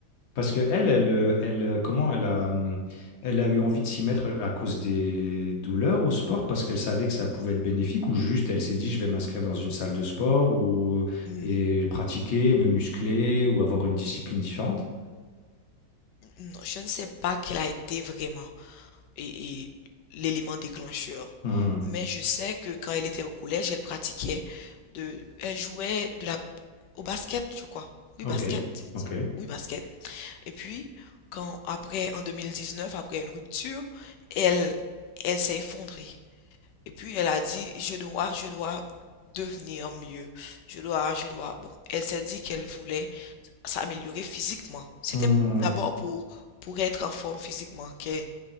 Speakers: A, on the left (about 40°); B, on the left (about 70°).
A: Parce que elle, elle, euh, elle, euh, comment elle a, hum, elle a eu envie de s'y mettre à cause des douleurs au sport, parce qu'elle savait que ça pouvait être bénéfique, ou juste elle s'est dit, je vais m'inscrire dans une salle de sport, ou
B: Hmm,
A: et pratiquer, me muscler, ou avoir une discipline différente.
B: non, Je ne sais pas quel a été vraiment et, et l'élément déclencheur,
A: Hmm,
B: mais je sais que quand elle était au collège, elle pratiquait de, elle jouait de la, au basket, je crois. Oui, basket.
A: Ok, ok.
B: c'est- Oui, basket. Et puis, quand après, en 2019, après une rupture, elle, elle s'est effondrée. Et puis, elle a dit, je dois, je dois devenir mieux. Je dois, je dois. Bon, elle s'est dit qu'elle voulait s'améliorer physiquement. C'était
A: Hmm.
B: d'abord pour, pour être en forme physiquement qu'elle,